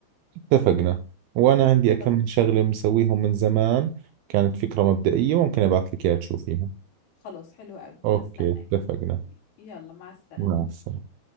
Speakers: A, on the right (about 80°); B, on the left (about 75°).
A: اتفقنا وأنا عندي كم
B: خلاص
A: شغلة مسويهم من زمان كانت فكرة مبدئية ممكن أبعث لك إياها تشوفيها
B: خلاص حلو قوي
A: أوكي
B: هستناك
A: اتفقنا
B: يلا مع السلامه
A: مع السلامة